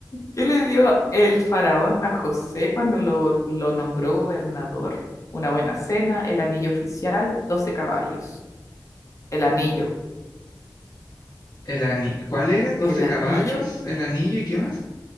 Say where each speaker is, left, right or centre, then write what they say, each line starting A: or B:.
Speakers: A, on the left (about 45°); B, on the left (about 60°).
A: ¿Qué le dio el faraón a José cuando lo, lo nombró gobernador? Una buena cena, el anillo oficial, 12 caballos. El anillo,
B: El ani... ¿Cuál era? doce
A: el
B: caballos?
A: anillo
B: ¿El anillo y qué más?